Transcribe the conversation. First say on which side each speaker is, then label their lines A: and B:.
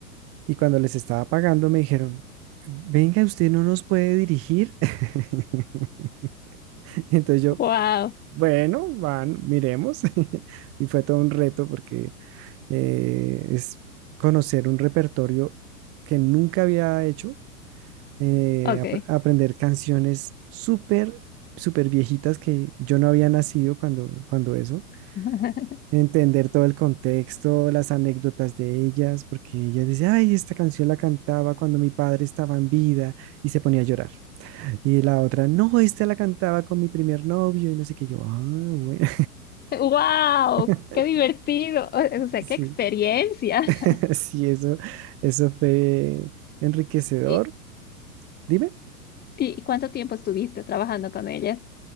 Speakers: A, on the right; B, on the left.
A: y cuando les estaba pagando me dijeron, venga, usted no nos puede dirigir. <laughs> Entonces yo,
B: Wow.
A: bueno, van, miremos. <laughs> Y fue todo un reto porque eh, es conocer un repertorio que nunca había hecho, eh,
B: Ok.
A: ap- aprender canciones súper, súper viejitas que yo no había nacido cuando, cuando eso,
B: <laughs>
A: entender todo el contexto, las anécdotas de ellas, porque ella dice, ay, esta canción la cantaba cuando mi padre estaba en vida y se ponía a llorar. Y la otra, no, esta la cantaba con mi primer novio y no sé qué, yo, ah, bueno,
B: Wow.
A: <laughs>
B: Qué divertido. O, o sea,
A: sí,
B: qué experiencia. <laughs>
A: <laughs> sí, eso, eso fue enriquecedor
B: ¿Y,
A: Dime,
B: y cuánto tiempo estuviste trabajando con ellas?